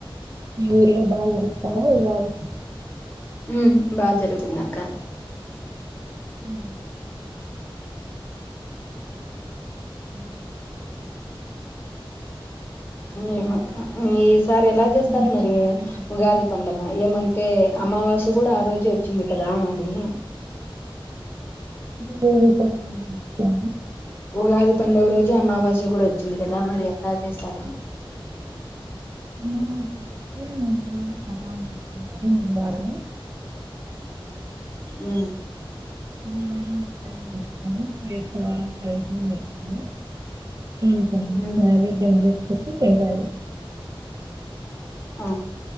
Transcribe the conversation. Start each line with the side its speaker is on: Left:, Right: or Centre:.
Right: ఊలో అరుతాారు <unintelligible>
Left: ఉమ్ బాగా జరుగుతుంది అక్క
Right: ఉ ఉ
Left: ఏమక్క సారి ఎలా చేస్తారు
Right: మీది
Left: మరి
Right: షాపింగ్ అయిపోయిందా
Left: ఉగాది పండగ ఏమంటే అంటే అమావాస్య కూడా ఆ రోజే వచ్చింది కదా మరి
Right: పోవే పో
Left: ఉగాది పండుగ రోజు అమావాస్య కూడా వచ్చింది కదా మరి అంత చేస్తారు
Right: నా మ రోజే కట్టా అతని ద్వారా
Left: ఉ
Right: ని వారం కట్టా ఎతవార అ ఏ
Left: ఉమ్
Right: నైవేద్యం చెపితే ఇంటెల్
Left: ఆ